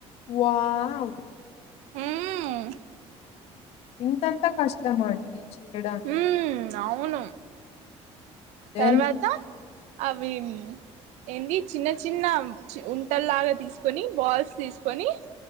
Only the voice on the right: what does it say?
మ్మ్
మ్మ్ అవును తర్వాత
అవి ఏంది చిన్న చిన్న ఉంటల్లాగ తీసుకొని బాల్స్ తీసుకొని